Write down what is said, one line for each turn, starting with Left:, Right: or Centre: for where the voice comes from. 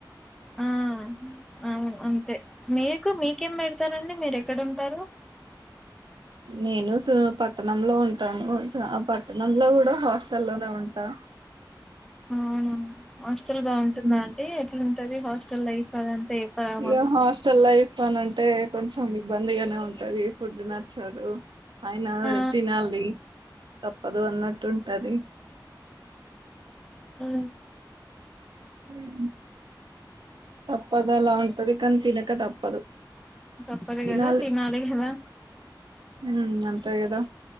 Centre: ఆ అవును అంతే మీకు మీకేం పెడతారండి మీరు ఎక్కడంటారు.
Right: నేను సి పట్టణంలో ఉంటాను, పట్టణంలో కూడా హాస్టల్ల్లోనే ఉంటా,
Centre: అవునా హాస్టల్ బాగుంటుందా
Right: ఉమ్
Centre: అండి ఎట్లాంటది, హాస్టల్ లైఫ్ అది అంతా చెప్పవా
Right: ఇగ
Centre: మాకు,
Right: హాస్టల్ లైఫ్ అని అంటే కొంచెం ఇబ్బందిగానే ఉంటది ఫుడ్ నచ్చదు. అయినా
Centre: ఆ
Right: తినాలి, తప్పదు అన్నట్టు ఉంటది.
Centre: ఉ
Right: ఉహు తప్పదలా ఇవే కానీ తిన్నం తినక తప్పదు,
Centre: తప్పదు
Right: తినాలి
Centre: కదా కదా
Right: ఉ అంత యదా